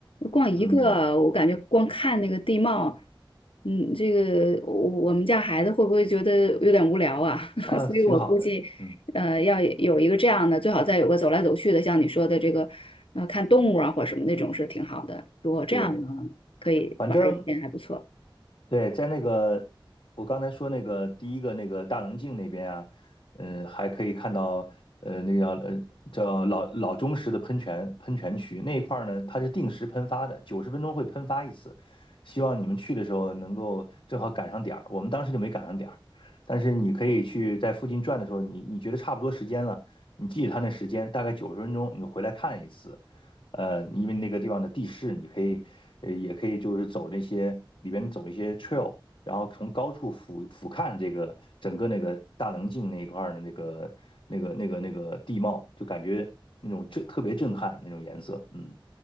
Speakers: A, on the left; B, on the left.
A: 逛一个，
B: 嗯
A: 我感觉光看那个地貌，嗯，这个我我们家孩子会不会觉得有点无聊啊？<laughs>
B: 啊，
A: 所以我估计，
B: 挺好的，嗯
A: 呃，要有一个这样的，最好再有个走来走去的，像你说的这个，呃，看动物啊或者什么那种是挺好的。如果这样呢，
B: 对，
A: 可以玩儿一天还不错。
B: 反正对，在那个我刚才说那个第一个那个大棱镜那边啊，嗯，还可以看到呃那个叫呃叫老老钟石的喷泉喷泉区那一块儿呢，它是定时喷发的，九十分钟会喷发一次。希望你们去的时候能够正好赶上点儿，我们当时就没赶上点儿，但是你可以去在附近转的时候，你你觉得差不多时间了，你记着它那时间大概九十分钟，你回来看一次。呃，因为那个地方的地势，你可以，呃，也可以就是走那些里边走一些 trail，然后从高处俯俯瞰这个整个那个大棱镜那一块儿的那个那个那个那个地貌，就感觉那种震特别震撼那种颜色，嗯，